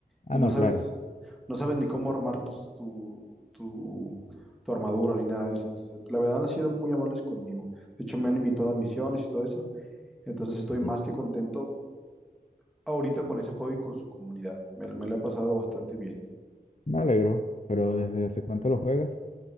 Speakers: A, on the left; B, in the centre.
A: Ah,
B: y
A: no,
B: no sabes,
A: claro.
B: no sabes ni cómo armar tus- tu, tu, tu armadura ni nada de eso. Entonces, la verdad han sido muy amables conmigo. De hecho, me han invitado a misiones y todo eso. Entonces estoy
A: Ujú.
B: más que contento ahorita con ese juego y con su comunidad. Me, me la he pasado bastante bien.
A: Me alegro. Pero ¿desde hace cuánto lo juegas?